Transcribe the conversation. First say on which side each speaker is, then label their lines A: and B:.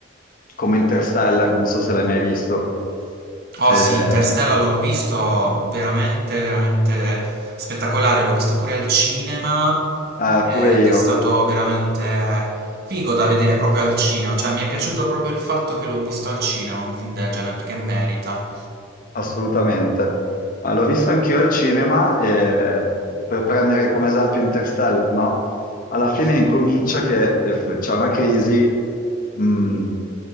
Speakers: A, on the left; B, on the right.
A: come Interstellar, non so se l'hai mai visto.
B: Oh
A: Eh,
B: sì, Interstellar l'ho visto veramente, veramente spettacolare, l'ho visto pure al cinema
A: eh,
B: ed
A: pure io.
B: è stato veramente figo da vedere proprio al cinema, cioè mi è piaciuto proprio il fatto che l'ho visto al cinema, un film del genere, perché merita.
A: Assolutamente. Ah, l'ho visto anch'io al cinema, e, per prendere come esempio Interstellar, no? Alla fine
B: Mh-mh.
A: incomincia che eh, f- c'è una crisi, mh,